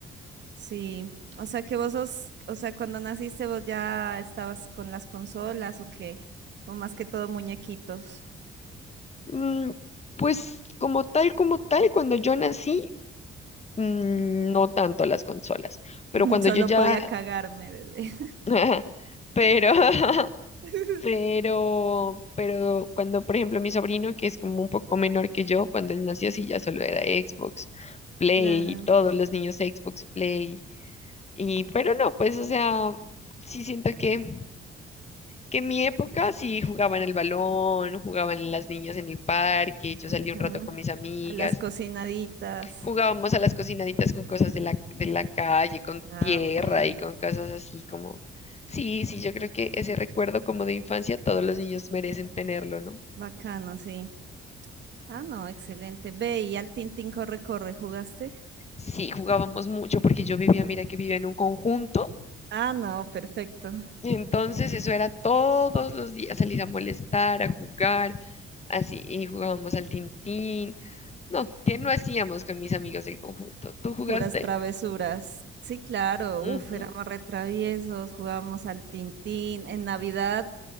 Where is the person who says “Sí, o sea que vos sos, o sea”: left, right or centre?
Right